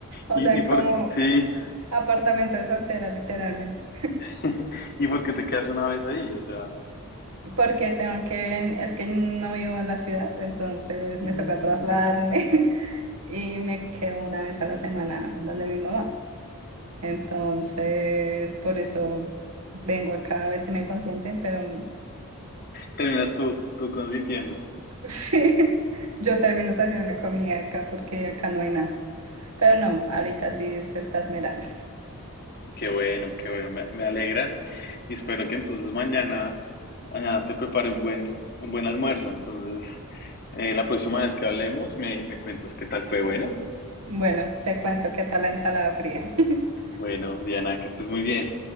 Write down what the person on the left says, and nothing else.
Y,
y por,
sí,
<laughs> y porque te quedas una vez ahí, o sea,
mm,
terminas tú, tú consintiendo.
Qué bueno, qué bueno, me, me alegra y espero que entonces mañana, mañana te prepare un buen, un buen almuerzo. Entonces, eh, la próxima vez que hablemos, me, me cuentas qué tal fue. Bueno,
bueno, Diana, que estés muy bien.